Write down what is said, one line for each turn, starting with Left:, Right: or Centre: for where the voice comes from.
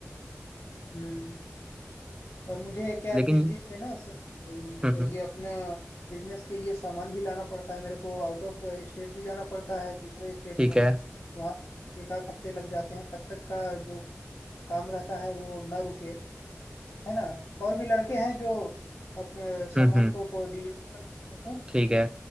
Left: हम्म और मुझे क्या है
Right: लेकिन
Left: बीच बीच में ना स- ये
Right: हम्म हम्म
Left: अपना बिजनेस के लिए सामान भी लाना पड़ता है मेरे को आउट ऑफ स्टेट भी जाना पड़ता है दूसरे स्टेट
Right: ठीक
Left: में
Right: है
Left: वहाँ एक आध हफ्ते लग जाते हैं तब तक का जो काम रहता है वो ना रुके है ना और भी लड़के हैं जो अपने सामान
Right: हम्म हम्म
Left: को डिलीवर कर देते हैं
Right: ठीक है